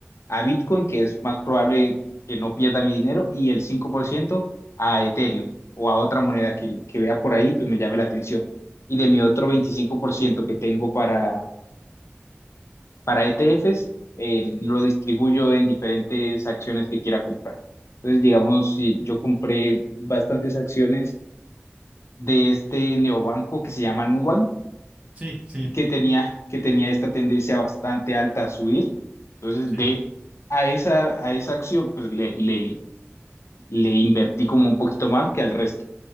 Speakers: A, on the left (about 75°); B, on the right (about 25°).
A: a Bitcoin, que es más probable que no pierda mi dinero, y el 5% a Ethereum o a otra moneda que, que vea por ahí, pues me llame la atención. Y de mi otro 25% que tengo para, para ETFs, eh, lo distribuyo en diferentes acciones que quiera comprar. Entonces, digamos, si yo compré bastantes acciones de este neobanco que se llama Nubank,
B: Sí, sí,
A: que tenía, que tenía esta tendencia bastante alta a subir. Entonces,
B: sí.
A: de a esa, a esa acción, pues le, le, le invertí como un poquito más que al resto.